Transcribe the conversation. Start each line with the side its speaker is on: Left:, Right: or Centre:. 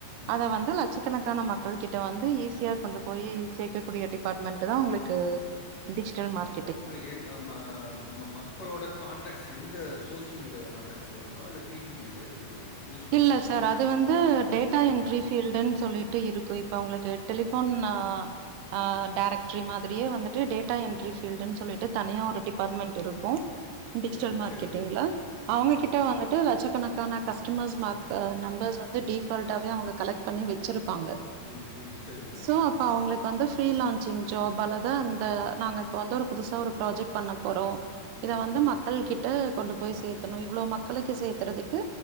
Left: ம்
Right: அத வந்து லட்சக்கணக்கான மக்க கல்கெட் அத் வந்து ஈஸியா கொண்டு போய் சேர்க்கக்கூடிய டிபார்ட்மெண்ட் தான் உங்களுக்கு டிஜிட்டல் மார்க
Left: ளோட ஏன் ஆம் மா ம மக்களோட கான்டாக்ட் எந்த சோஷியல் மீடியாவுல கான்டாக்ட்ஸில் வருமா இல்ல டிவிலேயே எப்படி மேடம் நியூஸ் பேப்பர்ஸ்லையா
Right: இல்ல சார் அது வந்து
Left: ஆ
Right: டேட்டா என்ட்ரி
Left: ஆ
Right: ஃபீல்டுன்னு சொல்லிட்டு இருக்கு இப்ப அவுங்களுக்கு டெலிஃபோன் ஆஹ் ஆ
Left: ம்
Right: டேரக்ட்ரி மாதிரியே வந்துட்டு டேட்டா என்ட்ரி
Left: ம்
Right: ஃபீல்டுன்னு சொல்லிட்டு தனியா ஒரு டிபார்ட்மெண்ட் இருக்கும் டிஜிட்டல்
Left: ம்
Right: மார்க்கெட்டிங்ல
Left: சரிங்க மேடம்
Right: அவங்ககிட்ட
Left: ம்
Right: வந்துட்டு லட்சக்கணக்கான சும்மா ஸமாக் ஆஹ் நம்பர்ஸ் வந்து டிபால்ட்டாவே அவங்க கலெக்ட் பண்ணி வச்சுருப் பாங்க
Left: ம் ம் சரிங்க மேடம்
Right: சோ அப்ப அவங்களுக்கு வந்து ஃப்ரீலான்சிங் ஜாப்பாலதா இந்த நாங்க இப்போ வந்து ஒரு புதுச ஒரு ப்ராஜெக்ட் பண்ண போறோ
Left: ம்
Right: இத வந்து
Left: ம்
Right: மக்கள் கிட்ட கொண்டு போய்
Left: ம்
Right: சேத்தணு இவ்ளோ மக்களுக்கு சேத்தறதுக்கு